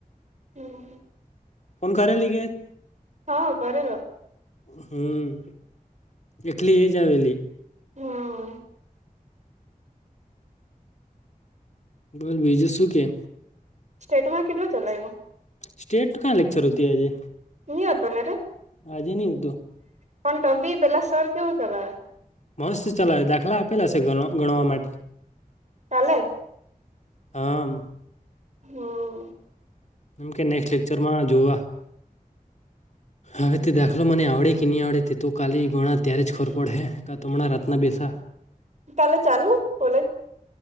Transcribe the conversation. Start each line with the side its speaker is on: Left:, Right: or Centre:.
Right: હમ.
Left: ફોન કરેલી કે
Right: હા. કરેલો
Left: હમ્મ. એકલી એજ આવેલી.
Right: હય
Left: બોલ બીજું શું કે
Right: સ્ટેટમાં કેટલું ચલાયવું
Left: સ્ટેટ કા લેક્ચર હોતી આજે
Right: ની હતો ને રે
Left: આજે નહી હતું
Right: પણ ત બી પેલા સર કેવું ચલાવે.
Left: મસ્ત ચાલાવે દાખલા આપેલા છે ગણવા માટે.
Right: કાલે
Left: આમ
Right: હમ.
Left: કેમકે નેક્સ્ટ લેક્ચરમાં જેવા હવે એ ઑ હું મને આવડે કે નહીં આવડે તે તો કાલે ગણાં ત્યારે જ ખબર પડેહે કા તો હમણાં રાતના બેસા.
Right: કાલે ચાલુ કોલેજ.